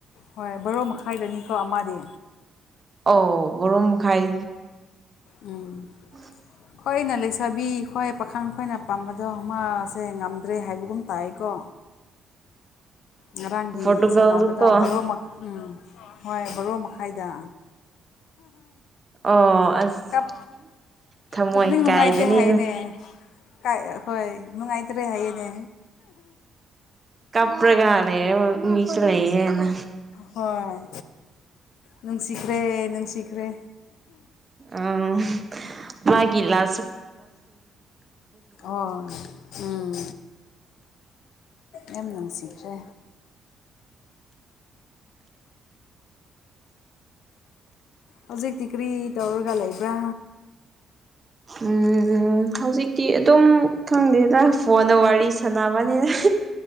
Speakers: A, on the left; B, on the right.
A: ꯍꯣꯏ ꯕꯔꯣ ꯃꯈꯥꯏꯗꯅꯤꯀꯣ ꯑꯃꯗꯤ
B: ꯑꯧ ꯕꯔꯣ ꯃꯈꯥꯏ
A: ꯎꯝ
B: <unintelligible>
A: ꯑꯩꯈꯣꯏꯅ ꯂꯩꯁꯥꯕꯤ ꯑꯩꯣꯏ ꯄꯥꯈꯪ ꯈꯣꯏꯅ ꯄꯥꯝꯕꯗꯣ ꯃꯥꯁꯦ ꯉꯝꯗ꯭ꯔꯦ ꯍꯥꯏꯕꯒꯨꯝ ꯇꯥꯏꯀꯣ ꯉꯔꯥꯡꯒꯤ
B: ꯄꯣꯔꯇꯨꯒꯜꯗꯨꯀꯣ
A: ꯁꯥꯟꯅꯕꯗꯣ ꯃꯔꯣꯛꯃꯛ ꯎꯝ ꯍꯣꯏ ꯕꯣꯔꯣ ꯃꯈꯥꯏꯗ
B: ꯑꯣ ꯑꯁ
A: ꯀꯞ
B: ꯊꯃꯣꯏ
A: ꯄꯨꯛꯅꯤꯡ ꯅꯨꯡꯉꯥꯏꯇꯦ
B: ꯀꯥꯏꯕꯅꯤ
A: ꯍꯥꯏꯅꯦ ꯀꯥꯏ ꯍꯣꯏ ꯅꯨꯡꯉꯥꯏꯇ꯭ꯔꯦ ꯍꯥꯏꯌꯦꯅꯦ
B: ꯀꯥꯞꯄꯔꯒ ꯂꯩꯦ ꯃꯤꯁ ꯂꯩꯌꯦꯅ
A: ꯍꯣꯏ ꯅꯨꯡꯁꯤꯈ꯭ꯔꯦ ꯅꯨꯡꯁꯤꯈ꯭ꯔꯦ
B: ꯑꯝ ꯃꯥꯒꯤꯂ
A: ꯑꯣ ꯎꯝ ꯌꯥꯝ ꯅꯨꯡꯁꯤꯈ꯭ꯔꯦ ꯍꯧꯖꯤꯛꯇꯤ ꯀ꯭ꯔꯤ ꯇꯧꯔꯒ ꯂꯩꯕ꯭ꯔꯥ
B: ꯎꯝ ꯍꯧꯖꯤꯛꯇꯤ ꯑꯗꯨꯝ ꯈꯪꯗꯦꯗ ꯐꯣꯟꯗ ꯋꯥꯔꯤ ꯁ ꯁꯅꯥꯕꯅꯤꯅ